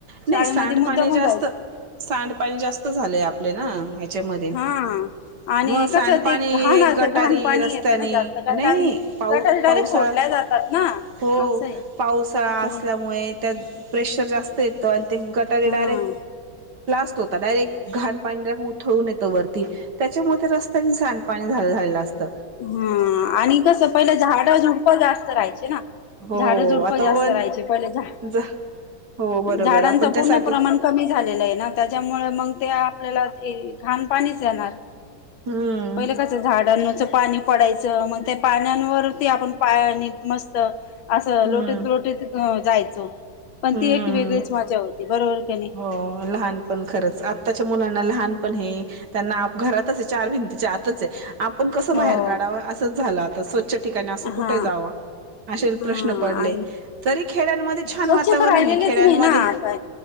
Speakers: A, on the right (about 60°); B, on the left (about 80°).
A: नाही
B: शाळेमध्ये
A: सांडपाणी
B: मुद्दम होून
A: जास्त
B: जायचं.
A: सांडपाणी जास्त झालेय आपले ना, ह्याच्यामध्ये
B: हा आणि
A: मग सांडपाणी
B: कस, ते घाणाचं
A: हे गटारी
B: घाण पाणी
A: रस्त्यानी
B: येतं ना, जास्त.
A: नाही
B: गटारी,
A: पाऊ
B: गटारी डायरेक्ट
A: पावसाळा
B: फोडल्या जातात. ना
A: हो.
B: असं आहे
A: पावसाळा
B: हा
A: असल्यामुळे त्यात प्रेशर जास्त येतं, अण ते गटारी
B: हा
A: डायरेक्ट ब्लास्ट होतात, डायरेक्ट घाण पाणी उथळून येतं वर ती, त्याच्यामुळे रस्त्याने सांडपाणी झालं झालेलं असत.
B: हम्म, आणि कसं पहिलं झा ड झुडप जास्त राहायचे ना,
A: हो
B: झाड झुडप
A: आता
B: जास्त
A: वन
B: राहायचे, पहिले झा
A: जा हो बरोबर
B: झाडांचा
A: आपण त्यासाठी
B: पूर्ण प्रमाण कमी झालेलंय ना, त्याच्यामुळे मग ते आपल्याला घान पाणीच येणार.
A: हम्म
B: पहिल कस झाडांन पाणी पडायचं, मग त्या पाण्यावरती आपण पायानी मस्त असं
A: हम्म
B: लोटत लोटीत जायचो, पण
A: हम्म
B: ती एक वेगळीच मजा होती, बरोबर की नाही.
A: हो लहान पण खरंच आत्ताच्या मुलांना लहान पण हे त्यांना घरातच आहे चार भिंतीच्या आतच आहे आपण कसं
B: हो
A: बाहेर काढावं असंच झालं आता स्वच्छ <inaudible> असं कुठंही
B: हा
A: जावा असे
B: हा
A: प्रश्न पडले
B: आणि
A: तरी खेडया मध्ये छान
B: स्वच्छता
A: वाता <inaudible>
B: राहिलेलेच
A: खेड्यांमध्ये
B: नाही ना आता